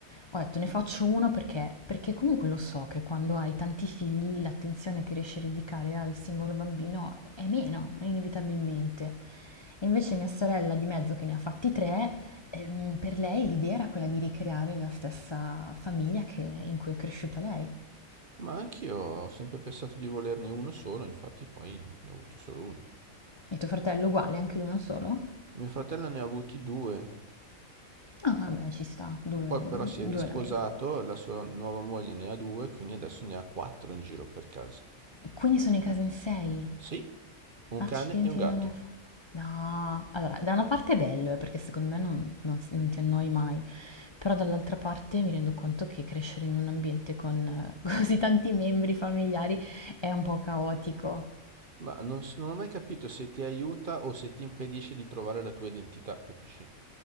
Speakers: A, on the left (about 40°); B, on the right (about 45°).
A: ho detto ne faccio uno perché, perché comunque lo so che quando hai tanti figli l'attenzione che riesci a dedicare al singolo bambino è meno, inevitabilmente. E invece mia sorella di mezzo che ne ha fatti tre, ehm, per lei l'idea era quella di ricreare la stessa famiglia che- in cui è cresciuta lei.
B: Ma anch'io ho sempre pensato di volerne uno solo, infatti poi ne ho avuto solo uno.
A: E tuo fratello uguale, anche lui uno solo?
B: Mio fratello ne ha avuti due,
A: Ah, vabbè, ci sta, due,
B: e poi però si
A: due
B: è risposato,
A: la media.
B: la sua nuova moglie ne ha due, quindi adesso ne ha quattro in giro per casa.
A: Quindi sono in casa in sei.
B: Sì, un
A: Accidenti,
B: cane e un gatto.
A: non è... fa- No, allora, da una parte è bello, eh, perché secondo me non, non si- non ti annoi mai, però dall'altra parte mi rendo conto che crescere in un ambiente con <laughs> eh, così tanti membri familiari è un po' caotico.
B: Ma non, s- non ho mai capito se ti aiuta o se ti impedisce di trovare la tua identità, capisci?